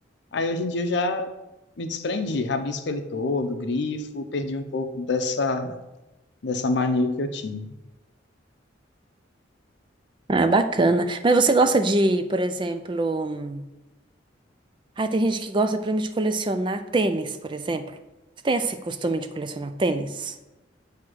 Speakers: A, on the left; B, on the right.
A: Aí, hoje em dia, eu já me desprendi, rabisco ele todo, grifo, perdi um pouco dessa, dessa mania que eu tinha.
B: Ah, bacana. Mas você gosta de, por exemplo. Ah, tem gente que gosta, por exemplo, de colecionar tênis, por exemplo. Você tem esse costume de colecionar tênis?